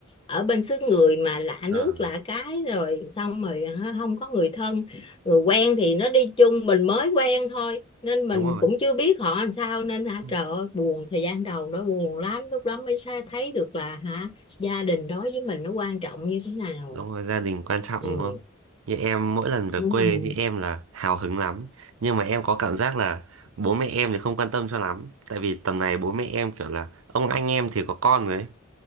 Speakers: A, on the left; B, on the right.
A: ở bên xứ người mà lạ
B: Ờ,
A: nước lạ cái rồi xong rồi hả, không có người thân người quen thì nó đi chung mình mới quen thôi nên mình
B: đúng rồi
A: cũng chưa biết họ làm sao nên hả
B: Ừ,
A: trời ơi buồn thời gian đầu đó buồn lắm lúc đó mới thấy được là hả gia đình đối với mình nó quan trọng như thế nào
B: đúng rồi gia đình quan trọng đúng
A: ừ
B: không? như em mỗi lần về
A: đúng
B: quê
A: rồi
B: như em là hào hứng lắm nhưng mà em có cảm giác là bố mẹ em thì không quan tâm cho lắm tại vì tầm này bố mẹ em kiểu là ông anh em thì có con rồi ấy.